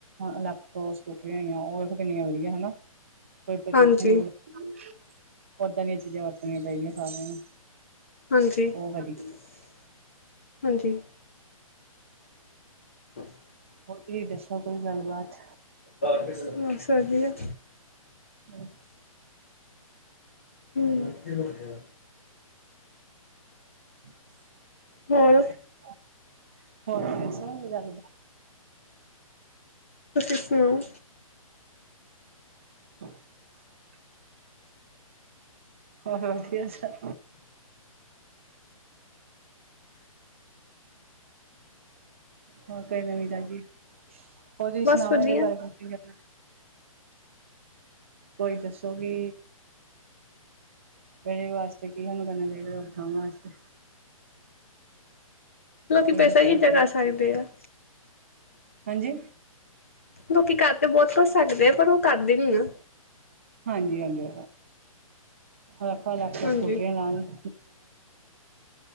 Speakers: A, on the right; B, on the left.
A: ਇਲੈਕਟੋਕ ਸਕੂਟਰੀ ਹੈਗੀਆਂ ਓ ਵੇਖੋ ਕਿੰਨੀਆਂ ਵਧੀਆ ਹਨਾ ਹੁ ਕੋਈ ਪ੍ਰਦੂਸ਼ਣ
B: ਹਾਂਜੀ
A: <unintelligible> ਓਦਾਂ ਦੀਆਂ ਚੀਜ਼ਾਂ ਵਰਤਣੀਆਂ ਪਾਦੀਆਂ ਸਾਰਿਆਂ ਨੂੰ
B: ਹਾਂਜੀ-ਹਾਂਜੀ
A: ਉਹ ਵਧੀਆ
B: <inaudible>
A: ਹੋਰ ਤੁਸੀਂ ਦੱਸੋ ਕੋਈ ਗੱਲਬਾਤ
B: ਬਸ ਵਧੀਆ
A: ਹੂੰ
B: ਹੂੰ ਹਾਂਜੀ ਹੋ ਗਿਆ।
A: <inaudible>
B: ਹੋਰ
A: <inaudible>
B: ਤੁਸੀ ਸੁਨਾਓ।
A: <inaudible> ਹੋਰ ਵਦੀਆ ਸਭ ਹੋਰ ਕੋਈ ਨਵੀ ਤਾਜੀ ਹੋਰ ਤੁਸੀ
B: ਬਸ
A: ਸੁਨਾਓ
B: ਵਧੀਆ
A: ਨਾ ਏਦੇ ਬਾਰੇ ਕੁਛ ਕੋਈ ਦੱਸੋ ਵੀ ਤੇਰੇ ਵਾਸਤੇ ਕੀਵੇਂ ਲਗਨਾ ਚਾਹੀਦਾ ਰੋਕਥਾਮ ਵਾਸਤੇ
B: ਲੋਕੀ
A: ਕੋਈ
B: ਪੈਸਾ
A: ਵਿਚਾਰ
B: ਇੱਦਾਂ
A: ਕੋਈ
B: ਕਾਰ ਸਕਦੇ ਆ।
A: ਹਾਂਜੀ
B: ਲੋਕੀ ਕਰ ਤੇ ਬੋਤ ਕੁਛ ਸਕਦੇ ਆ ਪਰ ਓ ਕਰਦੇ ਨੀ ਆ।
A: ਹਾਂਜੀ-ਹਾਂਜੀ ਆਪਾਂ ਲਕ
B: ਹਾਂਜੀ,
A: ਸਕੂਟਰੀਆਂ ਲਾਣ <inaudible>